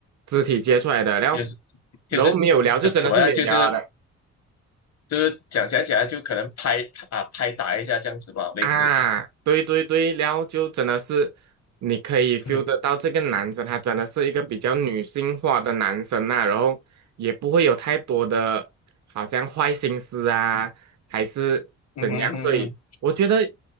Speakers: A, on the right; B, on the left.
A: 肢体接触来的，然后
B: 就是就是怎怎么样，
A: 然后没有聊就真的是没有聊了的。
B: 就是就是讲讲讲，就可能拍啊拍打一下这样子吧，类似，
A: 啊，对对对，然后就真的是你可以 feel
B: 嗯
A: 得到这个男生，他真的是一个比较女性化的男生呐、然后也不会有太多的好像坏心思啊，还是怎样，
B: 嗯嗯
A: 所以我觉得